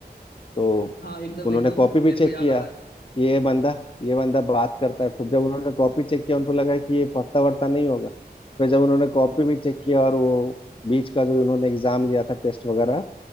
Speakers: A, on the left; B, on the left.
A: तो
B: हाँ एकदम
A: उन्होंने
B: एकदम
A: कॉपी भी
B: मेरे
A: चेक
B: को याद
A: किया
B: आ रहा है
A: कि ये बंदा ये बंदा बात करता है खुद जब उन्होंने कॉपी चेक किया उनको लगा कि ये पढ़ता वढ़ता नहीं होगा फिर जब उन्होंने कॉपी भी चेक किया और वो बीच का जो उन्होंने एग्जाम लिया था टेस्ट वगैरह